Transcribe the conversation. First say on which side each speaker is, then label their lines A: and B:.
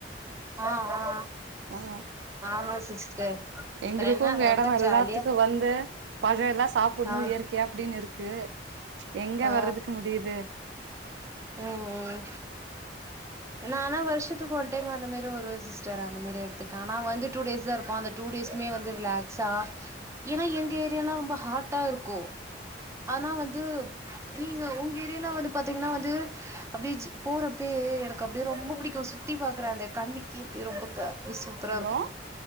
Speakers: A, on the right (about 15°); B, on the right (about 75°).
A: ஆ ஆ
B: ஆஹ
A: ஆமா சிஸ்டர் அப்றோ
B: எங்களுக்கு
A: என்ன
B: உங்க
A: ரொம்ப
B: இடமா
A: ஜாலியா
B: எல்லாத்துக்கு வந்து பழம் எல்லாம் சாப்பிடணு
A: ஆ
B: இயற்கையா அப்படின்னு இருக்கு ட்டு எங்க
A: ஆ
B: வர்றதுக்கு முடியுது
A: ம் ம் நா ஆனா வருஷத்துக்கு ஒரு டைம் அந்த மேரி வருவ சிஸ்டர் அந்த மேரி எடத்துக்கு ஆனா வந்தா டூ டேஸ் தா இருப்ப அந்த டூ டேஸ்மே வந்து ரிலாக்ஸா ஏன்னா எங்க ஏரியாலா ரொம்ப ஹாட்டா இருக்கு ஆனா வந்து நீங்க உங்க ஏரியலா வந்து பாத்தீங்கன்னா வந்து அப்படியே சி போறப்பயே எனக்கு அப்படியே ரொம்ப பிடிக்கு சுத்தி பாக்குற அந்த கண்ணுக்கே அப்படி ரொம்ப இ சூப்பரா
B: ஹலோ
A: இருக்கு